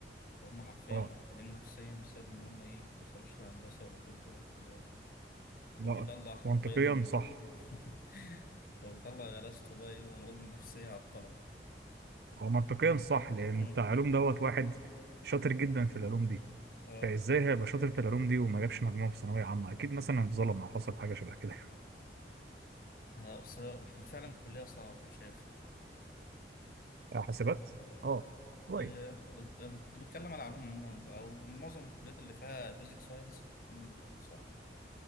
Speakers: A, on the left; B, on the right.
A: وهم حرفيا
B: اه
A: معجلين نفسيا بسبب إن هم إيه ما دخلوش لا هندسة ولا طب ولا الكليات دي
B: لا
A: فبيطلع حرفيا
B: منطقيا صح
A: <laughs> فبيطلع غلاسته بقى إيه وأمراضه النفسية على الطلب
B: هو منطقيا صح لأن
A: مم.
B: بتاع علوم دوت واحد شاطر جدا في العلوم دي
A: اه
B: فإزاي هيبقى شاطر في العلوم دي وما جابش مجموع في ثانوية عامة أكيد مثلا اتظلم أو حصل حاجة شبه كده <laughs>
A: آه، بس فعلا الكلية صعبة أنا شايف
B: آه، حاسبات اه شوية
A: آه، لما كنت بتكلم على علوم عموما بقى، أو معظم الكليات اللي فيها بيزك ساينس بتكون صعبة